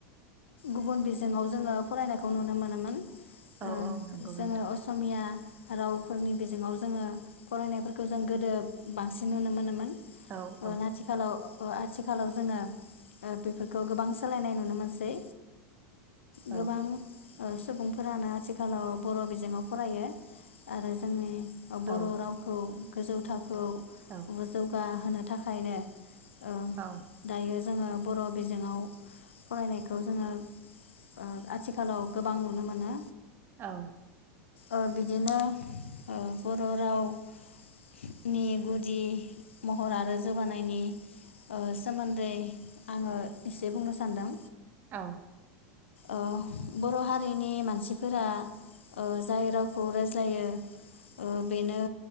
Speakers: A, on the left; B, on the right.
A: गुबुन बिजोङाव जोङो फरायनायखौ नुनो मोनोमोन
B: औ
A: ओ
B: औ नंगौ
A: जोङो
B: नोंथां
A: असमिया रावफोरनि बिजोङाव जोङो फरायनायफोरखौ जों गोदो बा सिन नुनो मोनोमोन
B: औ
A: ओ
B: औ
A: नाथिखालाव ओ आथिखालाव जोङो ओ बेफोरखौ गोबां सोलायनाय नुनो मोनसै
B: औ
A: गोबां ओ सुबुंफोरानो आथिखालाव बर' बिजोङाव फरायो आरो जोंनि
B: औ
A: बर' रावखौ गोजौ थाखोआव
B: औ
A: ओ जौगा होनो थाखायनो ओ
B: औ
A: दायो जोङो बर बिजोाव फरायनायखौ जोङो ओ आथिखालाव गोबां नुनो मोनो
B: औ
A: ओ बिदिनो ओ बर रावनि गु दि महर आरो जौगानायनि ओ सोमोन्दै आङो एसे बुंनो सान्दों
B: औ
A: ओ बर हारिनि मानसिफोरा ओ जाय रावखौ रायज्लायो ओ बेनो